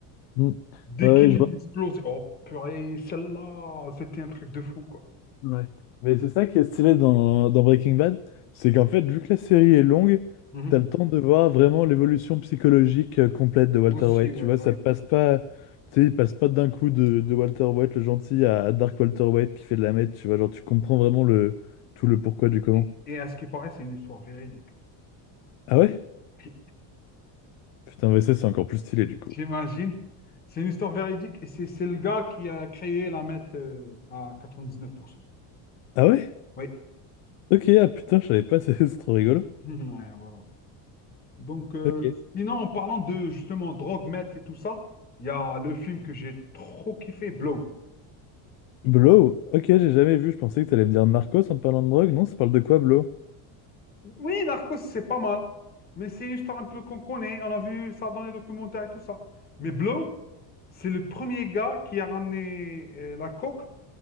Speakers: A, on the left (about 55°); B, on the left (about 20°).
A: Mm.
B: Dès
A: Ouais,
B: qu'il
A: ouais, je vois.
B: les explose, oh purée, celle-là, c'était un truc de fou, quoi.
A: Ouais. Mais c'est ça qui est stylé dans, dans Breaking Bad, c'est qu'en fait, vu que la série est longue,
B: Mhm.
A: t'as le temps de voir vraiment l'évolution psychologique euh, complète de Walter
B: Aussi,
A: White.
B: ouais,
A: Tu vois,
B: ouais.
A: ça passe pas, tu sais, il passe pas d'un coup de, de Walter White le gentil à Dark Walter White qui fait de la meth. Tu vois, genre, tu comprends vraiment le, tout le pourquoi du comment.
B: Et, et à ce qui paraît, c'est une histoire véridique.
A: Ah ouais?
B: <laughs> J-
A: Putain, mais ça, c'est encore plus stylé du coup.
B: J'imagine. C'est une histoire véridique et c'est c'est le gars qui a créé la MET euh, à 99%.
A: Ah ouais?
B: Oui.
A: Ok, ah putain, je savais pas, <laughs> c'est c'est trop rigolo.
B: <laughs> Ouais, voilà. Donc, euh,
A: Ok.
B: sinon, en parlant de justement drogue, meth et tout ça, il y a le film que j'ai trop kiffé, Blow.
A: Blow? Ok, j'ai jamais vu. Je pensais que t'allais me dire Narcos en parlant de drogue. Non, ça parle de quoi, Blow?
B: Oui, Narcos, c'est pas mal. Mais c'est une histoire un peu qu'on connaît. On a vu ça dans les documentaires et tout ça. Mais Blow, c'est le premier gars qui a ramené euh, la coke